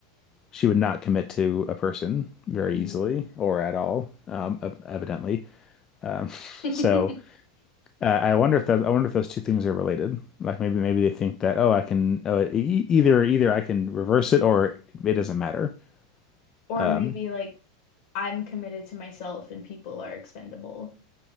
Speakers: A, on the left; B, on the left.
A: she would not commit to a person very
B: Mm.
A: easily or at all, um, e, evidently. Um, <laughs>
B: <laughs>
A: so uh, I wonder if that I wonder if those two things are related. Like maybe maybe they think that oh I can oh, e- e, either either I can reverse it or it doesn't matter.
B: Or
A: Um,
B: maybe like I'm committed to myself and people are expendable